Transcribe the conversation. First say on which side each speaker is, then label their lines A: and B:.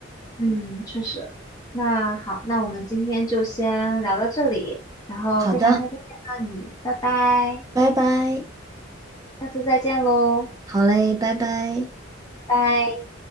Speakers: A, on the left; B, on the right.
A: 嗯，确实。那好，那我们今天就先聊到这里，然后非常开心见到你，
B: 好的，
A: 拜拜，
B: 拜拜。
A: 下次再见喽，
B: 好嘞，拜拜。
A: 拜。